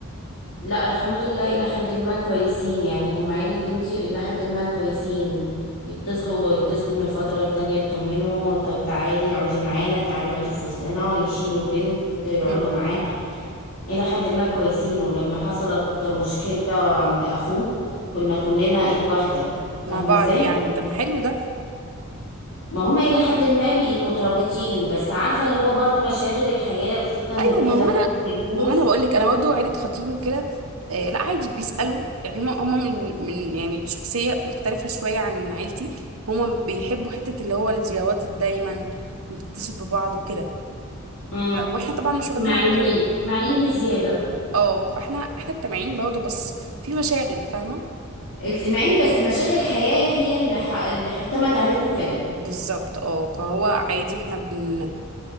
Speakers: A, on the left; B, on the right.
A: لا الحمد لله الى حد ما كويسين يعني هم عيلة بنتي الى حد ما كويسين يتصلوا بيتصلوا من فترة للتانية يطمنوا طيب تعالي اقعدي معانا تعالي اقعدي في وسطنا ويشيلوا البنت يقعدوا
B: مم.
A: معانا الى حد ما كويسين ولما حصلت مشكلة عند اخوه كنا كلنا ايد واحدة فاهمة
B: مع بعض
A: ازاي
B: يعني طب ما حلو ده
A: ما هما إلى حد ما بي مترابطين بس عارفة اللي هو برضو مشاغل الحياة وخصوصا إن
B: ايوه
A: كذا
B: ما هو
A: واحد
B: انا
A: بيتجوز
B: ما هو انا بقول لك انا برضه عيلة خطيبي وكده آه لا عادي بيسألوا يعني هما هما من من يعني شخصية مختلفة شوية عن عيلتي هما بيحبوا حتة اللي هو الزيارات دايما نتصل ببعض وكده
A: امم
B: واحنا طبعا مش
A: اجتماعيين
B: واخدين على كده
A: اجتماعيين بزيادة
B: اه فاحنا احنا اجتماعيين برضه بس في مشاغل فاهمه
A: اجتماعيين بس مشاغل الحياة هي اللي ح... اللي حتمت عليكوا كده
B: بالظبط اه فهو عادي احنا بن